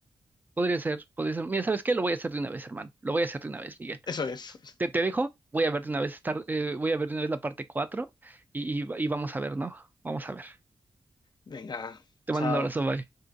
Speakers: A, on the right (about 20°); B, on the left (about 50°).
A: Podría ser, podría ser. Mira, ¿sabes qué? Lo voy a hacer de una vez, hermano. Lo voy a hacer de una vez, Miguel.
B: Eso es.
A: Te, te dejo, voy a ver de una vez estar, eh, voy a ver de una vez la parte 4 y, y y vamos a ver, ¿no? Vamos a ver.
B: Venga,
A: Te
B: chao.
A: mando un abrazo, bye.